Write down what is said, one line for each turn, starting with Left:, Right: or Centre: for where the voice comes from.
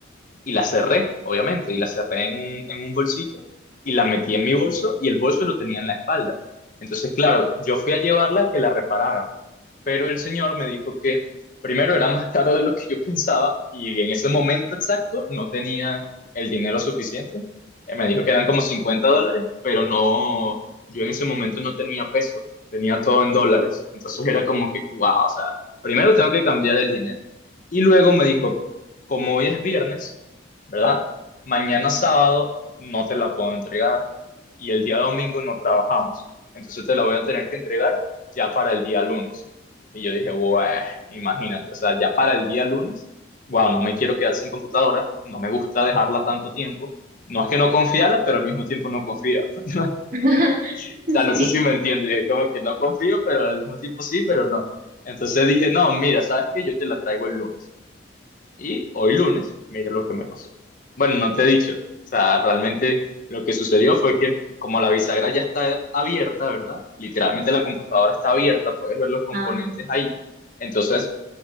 Left: y la cerré, obviamente, y la cerré en un, en un bolsito y la metí en mi bolso y el bolso lo tenía en la espalda. Entonces, claro, yo fui a llevarla a que la repararan pero el señor me dijo que primero era más caro de lo que yo pensaba y en ese momento exacto no tenía el dinero suficiente. Eh, me dijo que eran como 50 dólares, pero no, yo en ese momento no tenía pesos, tenía todo en dólares. Entonces era como que, wow, o sea, primero tengo que cambiar el dinero. Y luego me dijo, como hoy es viernes, ¿verdad? Mañana sábado no te la puedo entregar y el día domingo no trabajamos. Entonces te la voy a tener que entregar ya para el día lunes. Y yo dije, wow, imagínate, o sea, ya para el día lunes, wow, no me quiero quedar sin computadora, no me gusta dejarla tanto tiempo. No es que no confiara, pero al mismo tiempo no confía. <laughs>
Right: <laughs>
Left: O sea,
Right: Sí.
Left: no sé si me entiende, es como que no confío, pero al mismo tiempo sí, pero no. Entonces dije, no, mira, ¿sabes qué? Yo te la traigo el lunes. Y hoy lunes, mira lo que me pasó. Bueno, no te he dicho, o sea, realmente lo que sucedió fue que como la bisagra ya está abierta, ¿verdad? Literalmente la computadora está abierta, puedes ver los componentes
Right: Ah,
Left: ahí. Entonces,